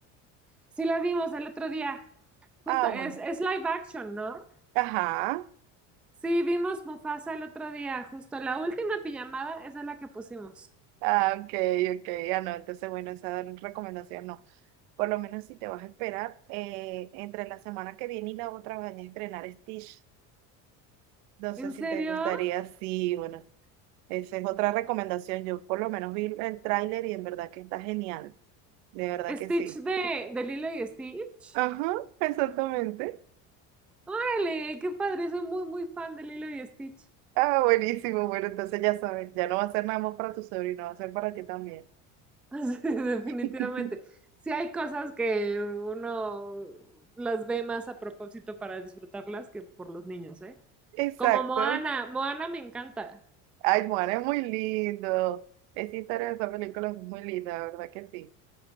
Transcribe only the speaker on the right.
Ah,
bueno.
Ajá.
Ah, ok, ok. Ah, no, entonces, bueno, esa recomendación no. Por lo menos si te vas a esperar, eh, entre la semana que viene y la otra van a estrenar Stitch. No sé
si
te gustaría, sí, bueno, esa es otra recomendación. Yo por lo menos vi el tráiler y en verdad que está genial. De verdad que
sí.
Ajá, exactamente.
Ah, buenísimo. Bueno, entonces ya sabes, ya no va a ser nada más para tu sobrino, va a ser para ti también.
<laughs>
Exacto.
Ay, Juan, es muy lindo. Esa historia de esa película es muy linda, la verdad que sí.